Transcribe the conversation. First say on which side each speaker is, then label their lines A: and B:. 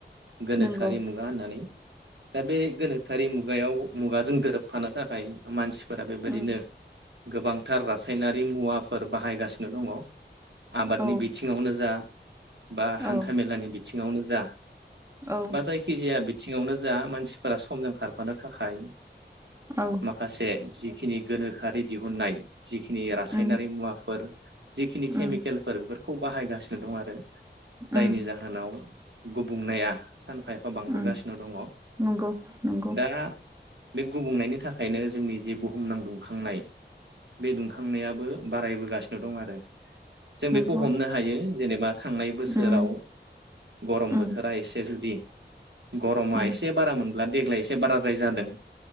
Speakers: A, on the right; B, on the right.
A: गोनोखोआरि
B: नंगौ
A: मुगा होननानै। दा बे गोनोखोआरि मुगायाव मुगाजों गोरोबफानो थाखाय मानसि फोर बेबायदिनो
B: उम
A: गोबांथार रासायनारि मुवाफोर बाहायगासिनो दङ। आबादनि
B: औ
A: बिथिङावनो जा बा हान्था
B: औ
A: मेलानि बिथिङावनो जा
B: औ
A: बा जायखिजाया बिथिङावनो जा मानसिफोरा समजों खारफानो थाखाय
B: औ
A: माखासे जिखिनि गोनोखोआरि दिहुननाय जिखिनि रासायनारि
B: उम
A: मुवाफोर जिखिनि केमिकेलफोर
B: उम
A: बेफोरखौ बाहायगासिनो दं। आरो जायनि
B: उम
A: जाहोनाव गुबुंनाया सानफा एफा बांबोगासिनो
B: उम
A: दङ।
B: नंगौ नंगौ
A: दा बे गुबुंनायनि थाखायनो जोंनि जे बुहुम नांखांनाय बे दुंखांनायाबो बारायबोगासिनो दं आरो जों
B: नंगौ
A: बेखौ हमनो हायो। जेनेबा थांनाय बोसोराव
B: उम
A: गरम
B: उम
A: बोथोरा एसे जुदि गरमा
B: उम
A: एसे बारा मोनब्ला देग्लाय एसे बाराद्राय जादों